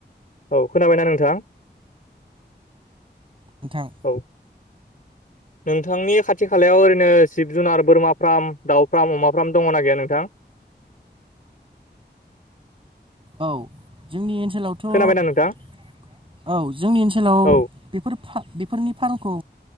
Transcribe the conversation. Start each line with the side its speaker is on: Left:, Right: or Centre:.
Left: औ खोनाबायना नोंथां
Right: नोंथां
Left: औ नोंथांनि खाथि खालायाव ओरैनो जिब जुनार बोरमा फार्म दाउ फार्म अमा फार्म दङना गैया नोंथां
Right: औ जोंनि ओनसोलावथ' औ
Left: खोनाबायना नोंथां?
Right: जोंनि ओनसोलाव
Left: औ
Right: बेफोर बेफोरनि फार्मखौ